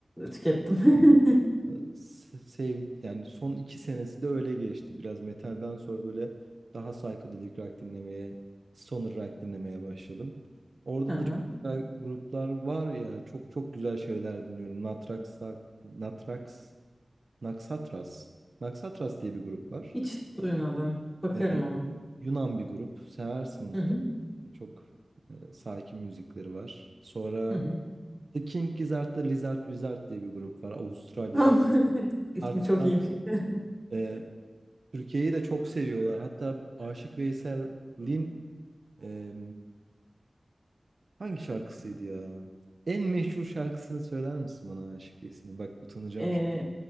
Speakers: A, in the centre; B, on the right.
A: tükettim. <laughs>
B: e, se- sev yani son iki senesi de öyle geçti. Biraz metalden sonra böyle daha psychedelic rock dinlemeye, stoner rock dinlemeye başladım. Orada
A: Hı hı.
B: da çok güzel gruplar var ya. Çok çok güzel şeyler dinliyorum. Natrax, Natrax, Naxatras. Naxatras diye bir grup var.
A: Hiç duymadım. Bakarım
B: Ee,
A: ama.
B: Yunan bir grup. Seversin mutlaka.
A: Hı hı.
B: Çok e, sakin müzikleri var. Sonra
A: Hı hı.
B: The King Gizzard'da Lizard Wizard diye bir grup var Avustralya'da.
A: <laughs> İsmi
B: Hatta
A: çok iyiymiş. <laughs>
B: e, Türkiye'yi de çok seviyorlar. Hatta Aşık Veysel'in e, hangi şarkısıydı ya? En meşhur şarkısını söyler misin bana Aşık Veysel'in? Bak utanacağım
A: Ee,
B: şimdi.